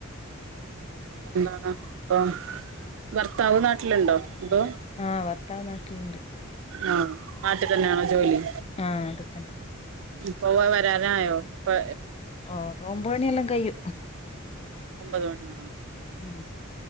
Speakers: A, on the right; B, on the left.
A: എന്താണ് അപ്പൊ ഭർത്താവ് നാട്ടിലുണ്ടോ അപ്പൊ
B: ആഹ വത്താവ് നാട്ടിലുണ്ട്
A: ആഹ നാട്ടിൽ തന്നെയാണോ ജോലി
B: ആഹ അതൊക്കന്നെ
A: പോവ വരാരായോ അപ്പ
B: ആഓ രമ്പ പണിയെല്ലാം കഴു
A: ഒമ്പത് മണിഓ
B: മം